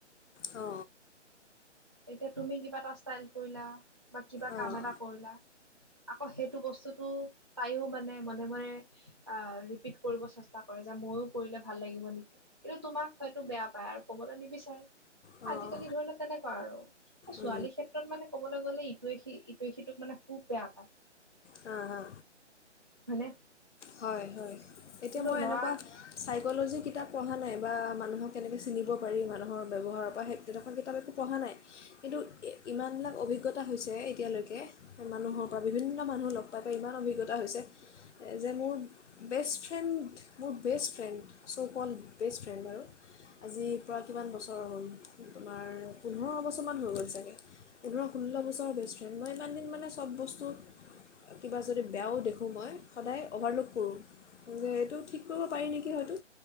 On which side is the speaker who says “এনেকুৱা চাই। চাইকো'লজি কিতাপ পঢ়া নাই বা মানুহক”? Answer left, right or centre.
Left